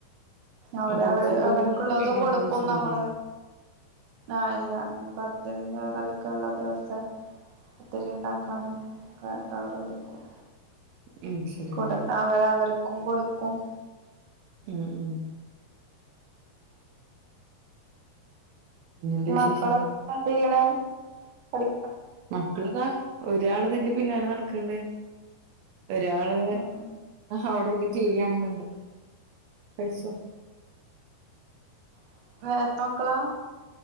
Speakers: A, on the right (about 55°); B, on the right (about 75°).
A: അവര്
B: അപ്പൊ
A: അവര്
B: ഫുഡ്
A: അവർക്കുള്ളതും
B: ഒന്നും ഇണ്ടാക്കേണ്ട
A: കൊടുക്കും
B: ആവശ്യം ഉണ്ടാവില്ലല്ലേ
A: നമ്മള് ആഹ് ഇല്ല <unintelligible> <unintelligible> ദിവസഒത്തിരിണ്ടാക്കാനും ക്കെ അവരെ വിള്ക്കും
B: അത് ശരി
A: കൂട്ട
B: ആ.
A: അവർ അവർക്കും കൊടുക്കും
B: ഉം ഉം പിന്നെന്ത വിശേഷം
A: മക്കളൊക്കെ എന്ത് ചെയ്യണ് പഠി
B: മക്കളതാ ഒരാള് ഇത് ന്റെ പിന്നാലെ നടക്കണ്ട് ഒരാള്
A: ഉം
B: അവിടെ ഇരുന്ന് റ്റിവി കാണുന്നുണ്ട് കയിച്ചോ
A: <unintelligible> മക്കള്ള